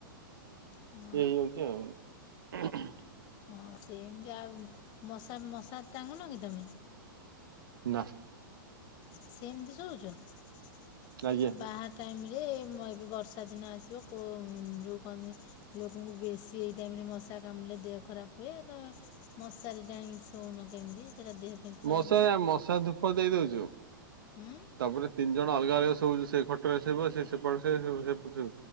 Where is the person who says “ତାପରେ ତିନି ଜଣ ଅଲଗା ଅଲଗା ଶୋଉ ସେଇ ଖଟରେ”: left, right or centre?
Right